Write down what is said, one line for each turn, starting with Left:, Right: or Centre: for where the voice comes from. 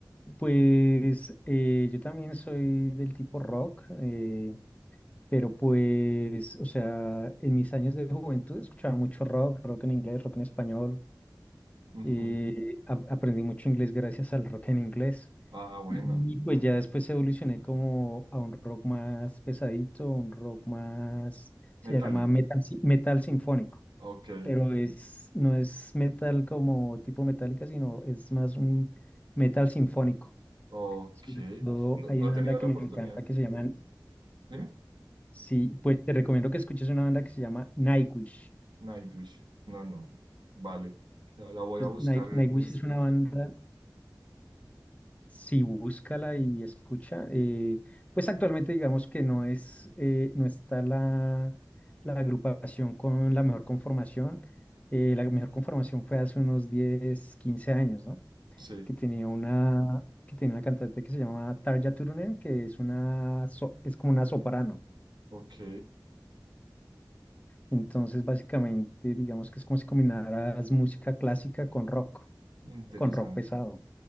Left: Pues eh, yo también soy del tipo rock, eh, pero pues, o sea, en mis años de juventud escuchaba mucho rock, rock en inglés, rock en español.
Right: Ujú.
Left: eh, a- aprendí mucho inglés gracias al rock en inglés.
Right: Ah, bueno,
Left: Y pues ya después evolucioné como a un rock más pesadito, un rock más, se
Right: Metallica.
Left: llama metal, si- metal
Right: Ah,
Left: sinfónico,
Right: ok,
Left: pero es, no es metal como tipo metálica, sino es más un metal sinfónico.
Right: ok.
Left: Sobre todo
Right: No,
Left: hay
Right: no
Left: una
Right: he tenido
Left: banda que
Right: la
Left: me
Right: oportunidad.
Left: encanta que se llama,
Right: Dime.
Left: sí, pues te recomiendo que escuches una banda que se llama Nightwish.
Right: Nightwish. No, no. Vale. La, la voy
Left: Pues
Right: a buscar
Left: Night-
Right: en
Left: Nightwish
Right: mis...
Left: es una banda Sí, búscala y escucha. eh, pues actualmente digamos que no es, eh, no está la, la agrupación con la mejor conformación. eh, la mejor conformación fue hace unos 10 15 años, ¿no?
Right: Sí,
Left: Que tenía una, que tenía una cantante que se llamaba Tarja Turunen, que es una, so- es como una soprano.
Right: ok.
Left: Entonces, básicamente, digamos que es como si combinaras música clásica con rock,
Right: Interesante.
Left: con rock pesado.